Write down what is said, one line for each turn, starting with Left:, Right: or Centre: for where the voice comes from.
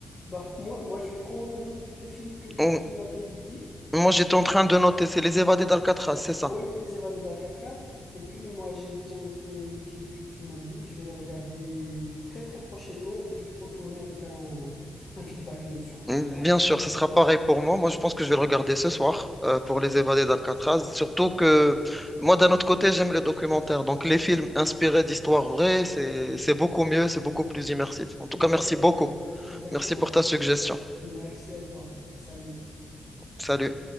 Left: Bah, moi, moi, je vais prendre note de tes films que tu
Centre: Hum,
Left: m'avais dit.
Centre: Moi, j'étais en train de noter, c'est les évadés d'Alcatraz, c'est ça.
Left: Oui, Les Évadés d'Alcatraz. Et puis moi, j'ai déjà noté les films que tu m'as dit. Je vais les regarder très très prochainement et je vais te retourner avec un, un feedback, bien sûr.
Centre: Hum, Bien sûr, ça sera pareil pour moi. Moi, je pense que je vais le regarder ce soir euh, pour les évadés d'Alcatraz. Surtout que moi, d'un autre côté, j'aime les documentaires. Donc, les films inspirés d'histoires vraies, c'est c'est beaucoup mieux, c'est beaucoup plus immersif. En tout
Left: Exactement.
Centre: cas, merci beaucoup.
Left: Exactement.
Centre: Merci pour ta suggestion.
Left: Merci à toi. Salut.
Centre: Salut.